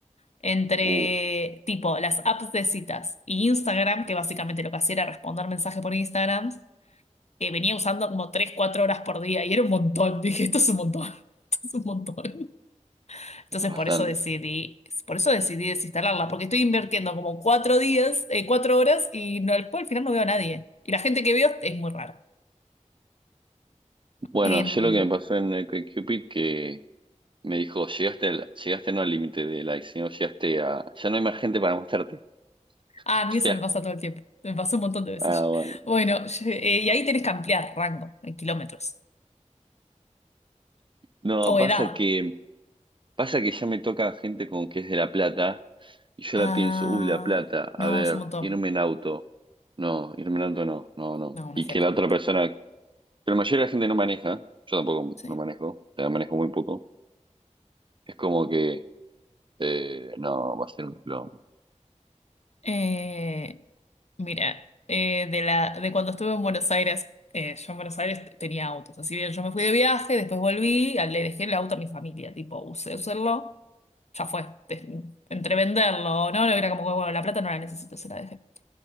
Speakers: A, on the left; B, on the right.
A: entre
B: Uh,
A: tipo las apps de citas y Instagram, que básicamente lo que hacía era responder mensajes por Instagram, eh, venía usando como 3 4 horas por día y era un montón. Dije, esto es un montón, <laughs> esto es un montón. Entonces
B: es bastante.
A: por eso decidí, por eso decidí desinstalarla, porque estoy invirtiendo como cuatro días, eh, cuatro horas y no, después al final no veo a nadie. Y la gente que veo es muy rara.
B: Bueno,
A: Em,
B: yo lo que me pasó en el Cupid que me dijo, llegaste, al- llegaste no al límite de likes, sino llegaste a, ya no hay más gente para mostrarte. <laughs>
A: ah, a mí eso me pasa todo el tiempo. Me pasó un montón de veces
B: O sea,
A: <laughs> ya.
B: ah, bueno.
A: Bueno, yo- eh, y ahí tenés que ampliar rango en kilómetros
B: No,
A: o
B: pasa
A: edad.
B: que Pasa que ya me toca gente con que es de La Plata y yo
A: Ah,
B: la pienso, uy, La Plata, a
A: no,
B: ver,
A: es un montón.
B: irme en auto. No, irme en auto no, no, no.
A: No, una
B: Y
A: fiaca.
B: que la otra persona, pero la mayoría de la gente no maneja, yo tampoco
A: Sí.
B: no manejo, o sea, manejo muy poco. Es como que, eh, no, va a ser un plomo.
A: Eh, mira, eh, de la, de cuando estuve en Buenos Aires, eh, yo en Buenos Aires t- tenía autos. Así bien, yo me fui de viaje, después volví, a- le dejé el auto a mi familia, tipo, usé usarlo, ya fue. Te- entre venderlo, ¿no? Era como que, bueno, la plata no la necesito, se la dejé.